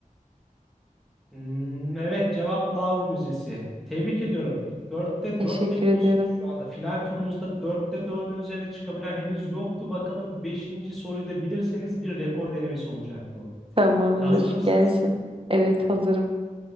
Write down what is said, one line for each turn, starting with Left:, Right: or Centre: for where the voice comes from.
Centre: Hmm, evet cevap Louvre Müzesi. Tebrik ediyorum. Dörtte
Right: Teşekkür
Centre: dörtle gidiyorsunuz
Right: ediyorum.
Centre: şu anda. Final turumuzda dörtte dördün üzerine çıkabilen henüz yoktu. Bakalım beşinci soruyu da bilirseniz bir rekor denemesi olacak bu.
Right: Tamamdır.
Centre: Hazır mısınız?
Right: Gelsin. Evet hazırım.